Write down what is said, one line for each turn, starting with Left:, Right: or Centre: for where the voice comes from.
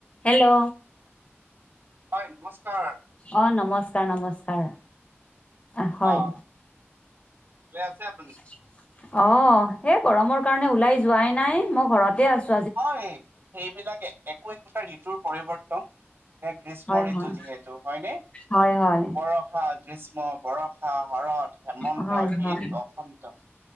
Left: Hello?
Right: হয়, নমস্কাৰ।
Left: অ'! নমস্কাৰ, নমস্কাৰ। অ'! হয়।
Right: আহ ভালে আছে আপুনি
Left: <unintelligible> অ'! সেই গৰমৰ কাৰণে, ওলাই যোৱাই নাই। মই ঘৰতে আছোঁ।
Right: হয়! সেইবিলাকে, একো একোটা ঋতুৰ পৰিৱৰ্তন। এতিয়া, গ্ৰীষ্ম
Left: হয়
Right: ঋতু
Left: হয়
Right: যিহেতু, হয়নে?
Left: হয় হয়
Right: বৰষা, গ্ৰীষ্ম, বৰষা, হৰৎ, হেমন্ত,
Left: হয়
Right: শীত,
Left: হয়
Right: বসন্ত।